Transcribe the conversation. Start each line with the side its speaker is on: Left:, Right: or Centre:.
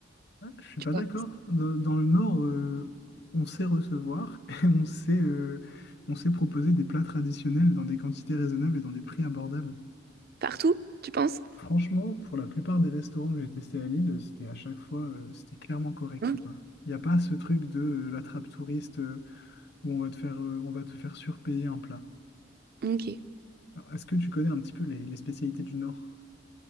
Left: Ah, je suis
Right: tu
Left: pas
Right: vois,
Left: d'accord. Dans, dans le Nord, euh, on sait recevoir <laughs> et on sait, euh, on sait proposer des plats traditionnels dans des quantités raisonnables et dans des prix abordables.
Right: partout, tu penses?
Left: Franchement, pour la plupart des restaurants que j'ai testés à Lille, c'était à chaque fois, euh, c'était clairement correct,
Right: Ok.
Left: quoi. Il n'y a pas ce truc de euh, la trappe touriste euh, où on va te faire, euh, on va te faire surpayer un plat.
Right: Ok.
Left: Alors, est-ce que tu connais un petit peu les, les spécialités du Nord?